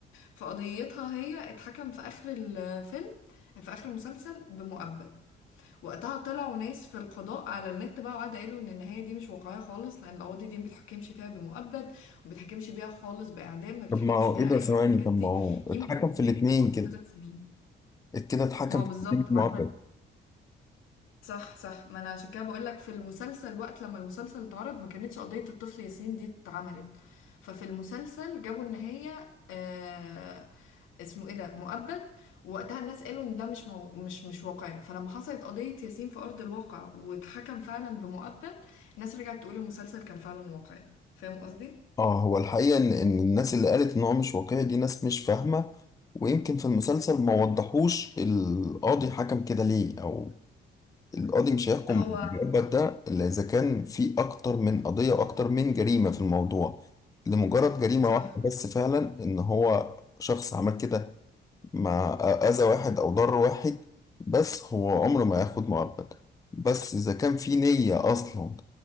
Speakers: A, on the left (about 90°); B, on the left (about 15°).
A: فقضيتها هي اتحكم في اخر الفيلم في اخر المسلسل بمؤبد وقتها طلعوا ناس في القضاء على النت بقى وقعدوا قالوا ان النهايه دي مش واقعيه خالص لان القاضي دي ما بتحكمش فيها بمؤبد وما بتحكمش بيها خالص باعدام ما بتحكمش
B: طب ما هو
A: بيها
B: إيه ده
A: اي
B: ثواني
A: حاجه من الحاجات
B: طب
A: دي
B: ما هو
A: يمكن
B: اتحكم
A: كمان
B: في الاتنين
A: توصل
B: كده
A: لثلاث سنين
B: كده اتحكم
A: ما هو
B: في
A: بالظبط
B: الاتنين
A: مع
B: معبد
A: صح صح ما انا عشان كده بقول لك في المسلسل وقت لما المسلسل اتعرض ما كانتش قضية الطفل ياسين دي اتعملت ففي المسلسل جابوا ان هي آه اسمه ايه ده مؤبد ووقتها الناس قالوا ان ده مش مو... مش مش واقعي فلما حصلت قضية ياسين في ارض الواقع واتحكم فعلا بمؤبد الناس رجعت تقول المسلسل كان فعلا واقعي فاهم قصدي
B: اه هو الحقيقة إن إن الناس اللي قالت إن هو مش واقعي دي ناس مش فاهمة ويمكن في المسلسل ما وضحوش القاضي حكم كده ليه أو القاضي مش هيحكم
A: هو
B: بالمعبد ده إلا إذا كان في أكتر من قضية وأكتر من جريمة في الموضوع لمجرد جريمة
A: صح
B: واحدة بس فعلا إن هو شخص عمل كده مع أذى واحد أو ضر واحد بس هو عمره ما ياخد مؤبد بس إذا كان في نية أصلا